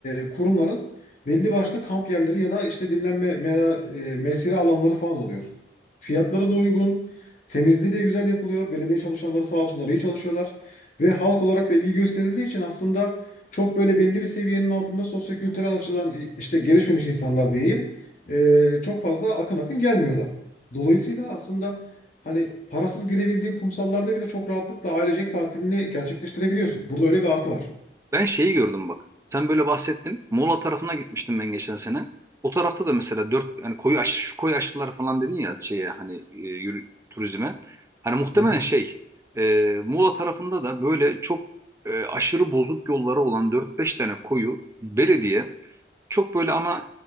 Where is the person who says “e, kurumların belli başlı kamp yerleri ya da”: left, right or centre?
Left